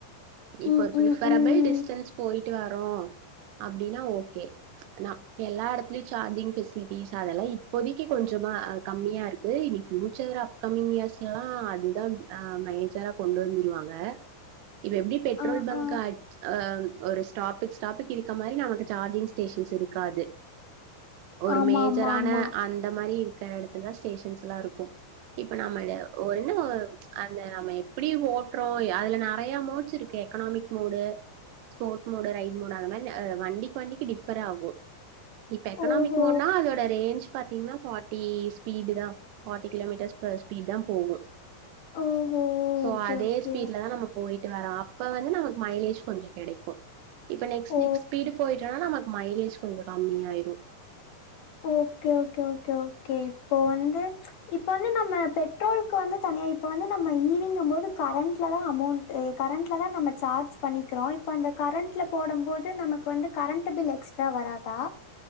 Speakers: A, on the right (about 80°); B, on the left (about 60°).
A: இப்ப
B: ம்
A: ஒரு பிஃபரபிள்
B: ம் ம்
A: டிஸ்டன்ஸ் போயிட்டு வரோ அப்டின்னா ஓகே ஆ எல்லா இடத்துலயு சார்ஜிங் பெஃபசிலிட்டிஸ் அதெல்லா இப்போதைக்கு கொஞ்சமா கம்மியா இருக் கு இனி பியூச்சர் அப்கமிங் இயர்ஸ் எல்லா அதுதா அ மேஜரா கொண்டு வந்துருவாங்க இப்ப எப்டி பெட்ரோல்
B: ஆ
A: பங்கா
B: ஆ
A: அ ஒரு ஸ்டாப்பு ஸ்டாப்புக்கு இருக்க மாரி நமக்கு சார்ஜிங் ஸ்டேஷன்ஸ் இருக்காது ஒரு
B: ஆமா
A: மேஜரான
B: ஆமா ஆமா
A: அந்த மாரி இருக்கற எடத்துலதா ஸ்டேஷன்ஸ்ல்லா இருக்கு இப்ப நம்ம <unintelligible> அந்த நம்ம எப்டி ஓட்றோ அதுல நெறைய மோட்ஸ் இருக்கு economic mode sport mode right mode அந்த மாரி வண்டிக்கு வண்டிக்கு டிஃபர் ஆகு இப்ப எக்கனாமிக்
B: ஓஹோ
A: மோடுன்னா அதோட ரேஞ்ச் பாத்தீங்கன்னா ஃபார்ட்டி ஸ்பீடு தான் ஃபார்ட்டி கிலோமீட்டர்ஸ் பர் ஸ்பீட் தா போகு
B: ஓஹோ
A: சோ
B: ஓகே
A: அதே
B: ஓகே
A: இப்ப தா நம்ம போயிட்டு வரோ அப்ப வந்து நமக்கு மைலேஜ் கொஞ்சொ கெடைக்கு இப்ப நெக்ஸ்ட்
B: ஓ
A: நெக்ஸ்ட் ஸ்பீடு போயிட்டுனா நமக்கு மைலேஜ் கொஞ்சோ கம்மி ஆயிரு
B: ஓகே ஓகே ஓகே ஓகே இப்ப வந்து இப்ப வந்து நம்ம பெட்ரோலுக்கு வந்து தனியா இப்ப வந்து நம்ம ஈவிங்க போது கரண்ட்ல தா அமோண்ட் கரண்ட்ல தா நம்ம சார்ஜ் பண்ணிக்கிறோ இப்ப அந்த கரண்ட்ல போடும் போது நமக்கு வந்து கரண்ட் பில் எக்ஸ் ட்ரா வரதா